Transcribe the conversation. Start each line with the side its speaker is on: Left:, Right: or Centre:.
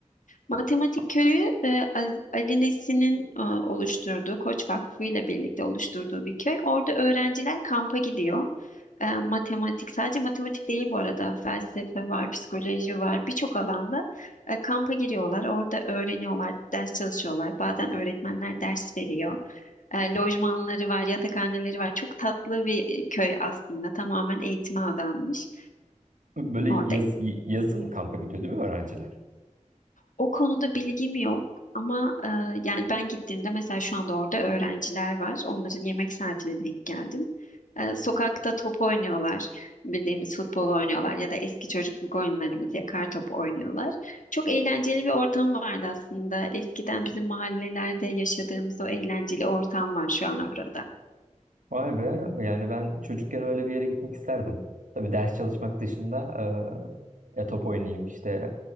Left: Matematik Köyü e, Az- Ali Nesin'in e, oluşturduğu Koç Vakfı ile birlikte oluşturduğu bir köy. Orada öğrenciler kampa gidiyor. E, matematik sadece matematik değil bu arada felsefe var, psikoloji var birçok alanda e, kampa giriyorlar. Orada öğreniyorlar, ders çalışıyorlar. Bazen öğretmenler ders veriyor. E, lojmanları var, yatakhaneleri var. Çok tatlı bir köy aslında. Tamamen eğitime adanmış.
Right: Böyle
Left: Orada
Right: yaz, yazın kampa gidiyor değil mi öğrenciler?
Left: O konuda bilgim yok ama e, yani ben gittiğimde mesela şu anda orada öğrenciler var. Onların yemek saatine denk geldim. E, sokakta top oynuyorlar. Bildiğimiz futbol oynuyorlar ya da eski çocukluk oyunlarımız yakar top oynuyorlar. Çok eğlenceli bir ortam vardı aslında. Eskiden bizim mahallelerde yaşadığımız o eğlenceli ortam var şu an orada.
Right: Vay be yani ben çocukken öyle bir yere gitmek isterdim. Tabii ders çalışmak dışında e, ya top oynayayım işte